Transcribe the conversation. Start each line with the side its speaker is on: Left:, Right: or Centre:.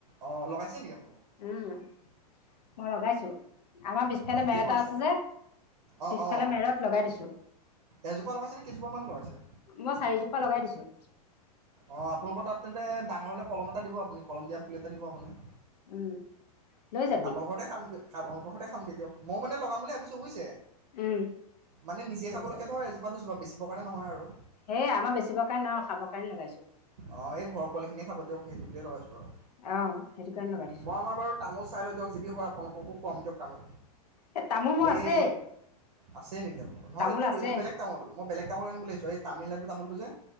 Right: অ' লগাইছে নেকি আপোনালোকক?
Left: উম। মই লগাইছো, আমাৰ পিছফালে
Right: ঠিকে
Left: মেৰাটা
Right: কৰিছে
Left: আছে যে
Right: অঁ
Left: পিছফালে
Right: অঁ
Left: মেৰত লগাই দিছো।
Right: এজোপা লগাইছে কেইজোপামান লগাইছে?
Left: মই চাৰিজোপা লগাই দিছো।
Right: অ আপোনালোকৰ তাত তেন্তে ডাঙৰ হলে কলম এটা দিব আপুনি কলম দিয়া পুলি এটা দিব আপুনি।
Left: উম লৈ যাবি।
Right: আপোনালোকৰ ঘৰতে খামগৈ আপোনালোকৰ ঘৰতে খামগৈ দিয়ক। মই মানে লগাম বুলি ভাবিছোঁ বুজিছে,
Left: উম
Right: মানে নিজে
Left: তাৰপিছত
Right: খাবলৈকে ধৰ এজোপা দুজোপা বেছি বিকিব কাৰণে নহয় আৰু।
Left: হে আমাৰ বেচিবৰ কাৰণে নহয় খাবৰ কাৰণে লগাইছো।
Right: অ এই ঘৰ পোৱালিখিনিয়ে খাব দিয়ক সেইটো বুলিয়ে লগাইছোঁ আৰু,
Left: অহ সেইটো কাৰণে লগাই থৈছো
Right: মই আমাৰ বাৰু তামোল চাই দিয়ক যদি হয় আপোনালোককো খুৱাম দিয়ক। তামোল,
Left: এ তামোল মোৰ
Right: এই
Left: আছেই
Right: আছে নেকি আপোনালোকৰ নহয়
Left: তামোল
Right: এইটো
Left: আছে
Right: এইটো বেলেগ তামোল মই বেলেগ তামোল আনিম বুলি ভাবিছোঁ, এই তামিলনাডুৰ তামোলটো যে।